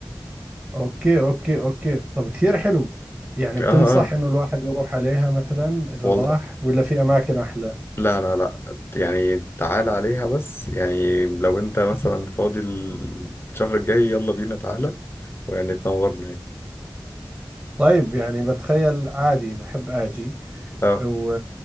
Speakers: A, on the right; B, on the left.
A: اوكي اوكي اوكي طب كثير حلو يعني
B: اه
A: بتنصح
B: اه
A: انه الواحد يروح عليها مثلا اذا
B: والله
A: راح ولا في اماكن احلى
B: لا لا لا يعني تعال عليها بس يعني لو انت مثلا فاضي الشهر الجاي يلا بينا تعالى ويعني تنورنا يعني
A: طيب يعني بتخيل عادي بحب اجي
B: اه
A: و